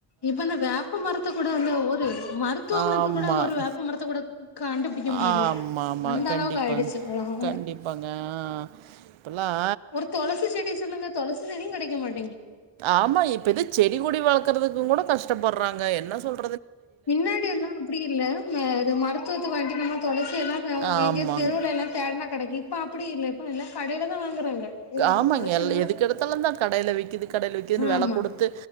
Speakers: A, on the left (about 55°); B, on the right (about 85°).
A: இப்பந்து வேப்ப மரத்த கூட வந்து ஒரு மருத்துவ
B: ஆமாம்
A: குணத்து கூட ஒரு வேப்ப மரத்த கூட காண் பிடிக்க முடியலயே
B: ஆமாம் ஆமாம்
A: அந்தளவுக்கு
B: கண்டிப்பாங்க
A: ஆயிடுச்சு ஒலக
B: கண்டிப்பாங்க ஆ. இப்போல்லாம்
A: ஒரு தொளசி செடி சொல்லுங்க தொளசி செடியு கெடைக்க மாட்
B: ஆமா இப்ப எது செடி கொடி வளக்குறதுக்கு கூட கஷ்டப்பட்றாங்க என்ன சொல்
A: மின்னாடிலா அப்டி இல்ல ம இது மருத்துவத்துக்கு வாண்டி நம்ம தொளசி என்னாங்க
B: ஆமாங்க
A: எங்கயா தெருவுள எல்லா தேட்னா கெடைக்கு இப்ப அப்டி இல்ல இப்ப எல்லா கடையில தா வாங்குறாங்க இது நம்ம
B: ஆமாங்க
A: துளசினாலும்
B: எ எதுக்கெடுத்தாலுந் தா கடையில விக்குது கடையில விக்குதுன்னு
A: ஆமா
B: வெள குடுத்து